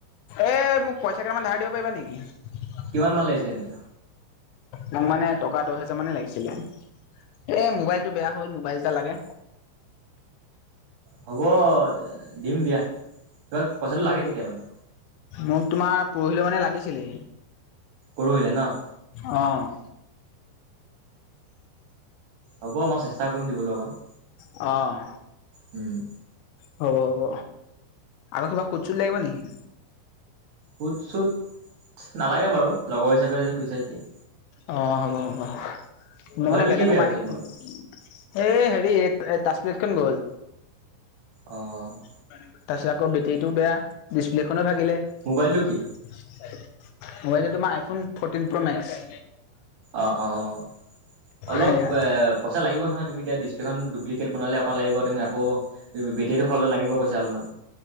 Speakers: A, on the left (about 80°); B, on the right (about 65°).
A: এই মোক পইচা কেইটামান ধাৰ দিব পাৰিবা নেকি?
B: কিমান মান লাগিছিলে এনে?
A: মোক মানে টকা দহ হেজাৰ মানেই লাগিছিলে। এ, মোবাইলটো বেয়া হ'ল, মোবাইল এটা লাগে।
B: হ'ব দিম দিয়া। তোমাক পইচাটো লাগে কেতিয়া মানে?
A: মোক তোমাৰ পৰহিলৈ মানে লাগিছিলে।
B: পৰহিলে ন'?
A: অ'।
B: হ'ব মই চেষ্টা কৰিম দিবলৈ অকণ।
A: অ'।
B: উম।
A: হ'ব হ'ব। আকৌ কিবা সুত চোট লাগিব নেকি?
B: সুত চুত নালাগে বাৰু, লগৰ হিচাপে যেতিয়া কৈছা তেতিয়া।
A: অ' হ'ব হ'ব। মই
B: মোবাইলটো
A: মানে বেলেগৰপৰা
B: কি বেয়া হৈছে
A: আনি
B: তোমালোকৰ?
A: এই হেৰি এ, তাজম্লেটখন গ'ল।
B: অ'।
A: তাৰপিছত আকৌ বেটেৰীটোও বেয়া, ডিছপ্লেখনো ভাগিলে।
B: মোবাইলটো কি?
A: মোবাইলটো তোমাৰ আইফোন ফ'ৰ্টিন প্ৰ' মেক্স।
B: অ', অ'। অলপ
A: সেয়া
B: পইচা লাগিব নহয় তুমি এতিয়া এইখন ডুপ্লিকেট বনালে অকণ লাগিব, তুমি আকৌ বেটাৰিটো সলালে লাগিব পইচা অলপমান।